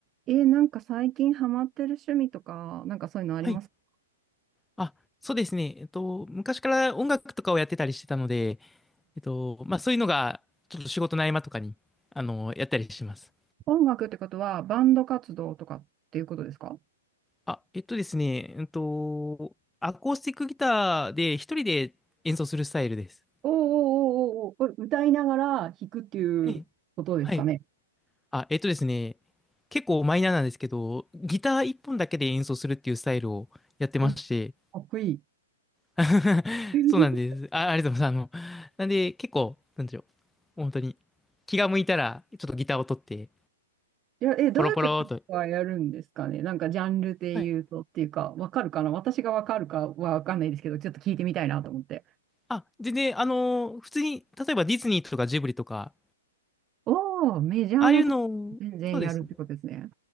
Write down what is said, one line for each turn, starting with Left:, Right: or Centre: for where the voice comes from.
Right: えーなんか最近ハマってる趣味とか、なんかそういうのありますか
Centre: はい。あ、そうですね。えっと、昔から音楽とかをやってたりしてたので、えっと、まあそういうのが、ちょっと仕事の合間とかに、あの、やったりします。
Right: 音楽ってことは、バンド活動とかっていうことですか
Centre: あ、えっとですね、えっと、アコースティックギターで一人で演奏するスタイルです。
Right: おーおーおーおーおーこれ歌いながら弾くっていうことですかね。
Centre: ええ、はい。あ、えっとですね、結構マイナーなんですけど、ギター一本だけで演奏するっていうスタイルをやってまして、
Right: お、かっこいい。
Centre: <laughs>
Right: <laughs>
Centre: そうなんです。あ、ありがとうございます。あの、なんで、結構、なんでしょう。本当に、気が向いたら、ちょっとギターを取って、
Right: いや、えどういう曲はやるんですかねなんかジャンルで言うとっていうか、
Centre: ポロポローと。はい。
Right: わかるかな私がわかるかはわかんないですけど、ちょっと聞いてみたいなと思って。
Centre: あ、全然、あのー普通に、例えばディズニーとかジブリとか、
Right: おー、メジャーなとこ全然やるってことですね。
Centre: ああいうのを、そうですね。